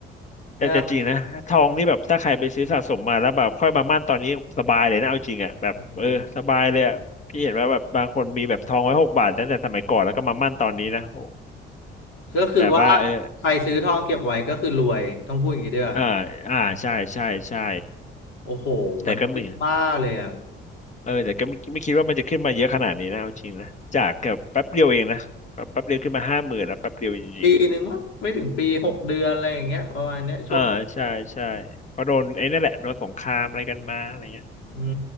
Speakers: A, on the left; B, on the left.
A: แต่แต่จริงนะทองนี่แบบถ้าใครไปซื้อสะสมมาแล้วแบบค่อยมามั่นตอนนี้สบายเลยนะเอาจริงอ่ะแบบเออสบายเลยอะพี่เห็นว่าแบบบางคนมีแบบทองไว้หกบาทตั้งแต่สมัยก่อนแล้วก็มามั่นตอนนี้นะโห
B: เนี่ยโอ้โหก็คือว่า
A: แบบว่าเออ
B: ใครซื้อทองเก็บไว้ก็คือรวยต้องพูดอย่างนี้ด้วย
A: อ่าอ่าใช่ใช่ใช่
B: โอ้โหมันขึ้นบ้าเลยอ่ะ
A: แต่ก็มี เออแต่ก็ไม่ไม่คิดว่ามันจะขึ้นมาเยอะขนาดนี้นะเอาจริงนะจากแบบแป๊บเดียวเองนะแบบแป๊บเดียวขึ้นมาห้าหมื่นแล้วแป๊บเดียวจริง
B: ปีหนึ่งมั้งไม่ถึงปีหกเดือนอะไรอย่างเงี้ยประมาณเนี้ยช่วงนี้
A: ๆอ่าใช่ใช่เพราะโดนไอ้นั่นแหละโดนสงครามอะไรกันมาอะไรเงี้ย
B: อื